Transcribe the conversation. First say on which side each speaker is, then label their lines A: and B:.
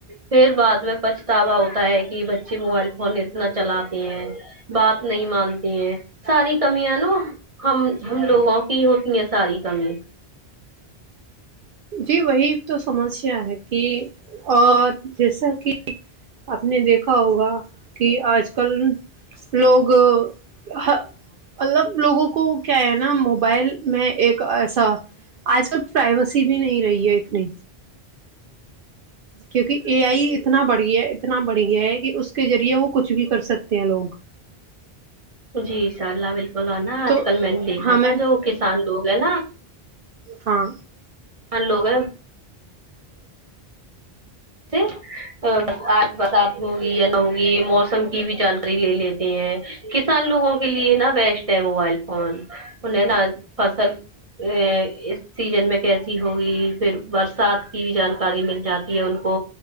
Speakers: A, on the right (about 35°); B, on the right (about 65°).
A: پھر بعد میں پچھتاوا ہوتا ہے کہ بچے موبائل فون اتنا چلاتی ہیں بات نہیں مانتی ہیں ساری کمیاں نا ہم ہم لوگوں کی ہوتی ہیں ساری کمی
B: جی وہی تو سمسیا ہے کہ اور جیسا کہ آپ نے دیکھا ہوگا کہ آج کل لوگ مطلب لوگوں کو کیا ہے نا موبائل میں ایک ایسا آج کل پرائیویسی بھی نہیں رہی ہے اتنی کیونکہ اے آئی اتنا بڑھ گیا اتنا بڑھ گیا ہے کہ اس کے ذریعے وہ کچھ بھی کر سکتے ہیں لوگ <inaudible>
A: جی انشاءاللہ بالکل اورنا
B: تو
A: آج کل میں نے دیکھا
B: ہمیں
A: تھا جو کسان لوگ ہیں نا
B: ہاں
A: مان لوگ ہے جی ا آج برسات ہوگی یا نہ ہوگی موسم کی بھی جانکاری لے لیتے ہیں کسان لوگوں کے لیے نا بیسٹ ہے موبائل فون انہیں نا فصل ا اس سیزن میں کیسی ہوگی پھر برسات کی بھی جانکاری مل جاتی ہے ان کو